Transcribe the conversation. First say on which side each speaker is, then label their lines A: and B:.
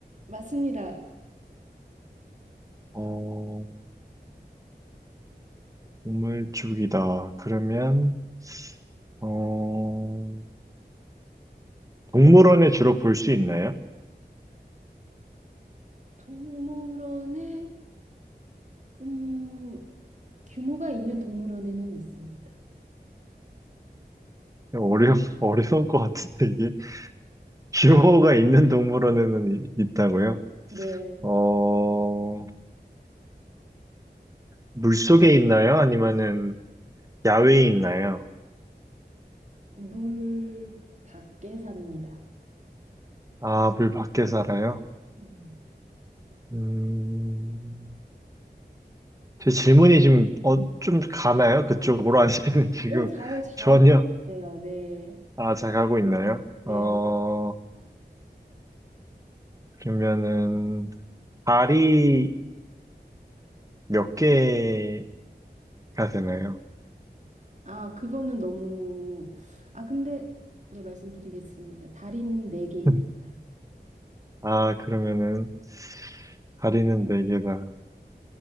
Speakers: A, on the right; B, on the right.
A: 맞습니다.
B: 어, 동물 쪽이다. 그러면, 어, 동물원에 주로 볼 수 있나요?
A: 동물원에, 음, 규모가 있는 동물원에는 있습니다.
B: 어려, <laughs> 어려울 것 같은데, 이게. 규모가 있는 동물원에는 이- 있다고요?
A: 네,
B: 어, 물속에 있나요? 아니면은 야외에 있나요?
A: 물 밖에 삽니다.
B: 아, 물 밖에 살아요?
A: 네.
B: 음, 제 질문이 지금, 어, 좀 가나요? 그쪽으로? <laughs> 아니면 지금
A: 오, 잘, 잘
B: 전혀,
A: 하고 계세요. 네,
B: 아, 잘 가고 있나요?
A: 네.
B: 어, 그러면은, 발이 몇 개가 되나요?
A: 아, 그거는 너무, 아, 근데, 네, 말씀드리겠습니다. 달인 네개입니다
B: <laughs> 아, 그러면은, 다리는 네 개다.